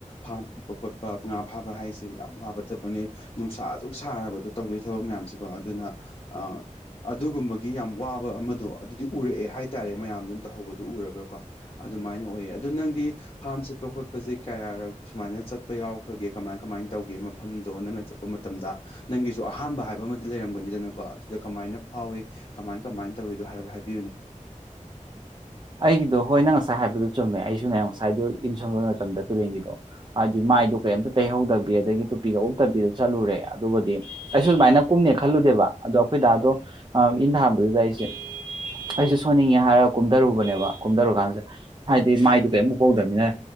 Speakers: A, on the left; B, on the right.
A: ꯆꯠꯄ ꯈꯣꯠꯄ ꯄꯉꯥ ꯐꯥꯕ ꯍꯥꯏꯁꯦ ꯌꯥꯝ ꯋꯥꯕ ꯊꯠꯄꯅꯤ ꯅꯨꯡꯁꯥ ꯑꯗꯨ ꯁꯥꯔꯕꯗꯣ ꯇꯧꯗꯣꯏ ꯊꯕꯛ ꯃꯌꯥꯝꯁꯤꯀꯣ ꯑꯗꯨꯅ ꯑ ꯑꯗꯨꯒꯨꯝꯕꯒꯤ ꯌꯥꯝ ꯋꯥꯕ ꯑꯃꯗꯣ ꯑꯗꯨꯗꯤ ꯎꯔꯛꯑꯦ ꯍꯥꯏꯇꯥꯔꯦ ꯃꯌꯥꯝꯗꯨꯅ ꯇꯧꯍꯧꯕꯗ ꯑꯗꯨ ꯎꯔꯒꯀꯣ ꯑꯗꯨꯃꯥꯏꯅ ꯑꯣꯏꯌꯦ ꯑꯗꯨꯗꯣ ꯅꯪꯗꯤ ꯐꯥꯔꯝ ꯁꯤꯠꯄ ꯈꯣꯠꯄꯁꯦ ꯀꯌꯥꯔ ꯁꯨꯃꯥꯏꯅ ꯆꯠꯄ ꯌꯥꯎꯈ꯭ꯔꯒꯦ ꯀꯃꯥꯏ ꯀꯃꯥꯏꯅ ꯇꯧꯒꯦ ꯃꯐꯝꯗꯣ ꯅꯪꯅ ꯆꯠꯄ ꯃꯇꯝꯗ ꯅꯪꯒꯤꯁꯨ ꯑꯍꯥꯟꯕ ꯍꯥꯏꯕ ꯑꯃꯗꯤ ꯂꯩꯔꯝꯒꯅꯤꯗꯅꯀꯣ ꯑꯗꯨꯗ ꯀꯃꯥꯏꯅ ꯐꯥꯎꯏ ꯀꯃꯥꯏ ꯀꯃꯥꯏꯅ ꯇꯧꯏꯤꯣ ꯍꯥꯏ ꯍꯥꯏꯕꯤꯌꯨꯅꯦ
B: ꯑꯩꯒꯤꯗꯣ ꯍꯣꯏ ꯅꯪ ꯉꯁꯥꯏ ꯍꯥꯏꯕꯗꯣ ꯆꯨꯝꯃꯦ ꯑꯩꯁꯨꯅꯦ ꯉꯁꯥꯏꯗꯣ ꯏꯟꯁꯣꯟꯕ ꯃꯇꯝꯗ ꯇꯨꯔꯦꯟꯒꯤꯗꯣ ꯍꯥꯏꯗꯤ ꯃꯥꯏꯗꯣ ꯀꯩꯝꯇ ꯇꯩꯍꯧꯗꯕꯤ ꯑꯗꯒꯤ ꯇꯨꯄꯤꯒ ꯎꯞꯕꯤꯗ ꯆꯠꯂꯨꯔꯦ ꯑꯗꯨꯒꯗꯤ ꯑꯩꯁꯨ ꯑꯗꯨꯃꯥꯏꯅ ꯀꯨꯝꯅꯦ ꯈꯜꯂꯨꯗꯦꯕ ꯑꯗꯣ ꯑꯩꯈꯣꯏꯗ ꯑꯗꯣ ꯏꯟꯊꯥꯕꯗꯨꯗ ꯑꯩꯁꯦ
A: ꯎ
B: ꯑꯩꯁꯨꯦ ꯁꯣꯟꯅꯤꯡꯉꯦ ꯍꯥꯏꯔꯒ ꯀꯨꯝꯊꯔꯨꯕꯅꯦꯕ ꯀꯨꯝꯊꯔꯨ ꯀꯥꯟꯁꯤꯗ ꯍꯥꯏꯗꯤ ꯃꯥꯏꯗꯨ ꯀꯩꯃꯨꯛ ꯍꯧꯗꯃꯤꯅ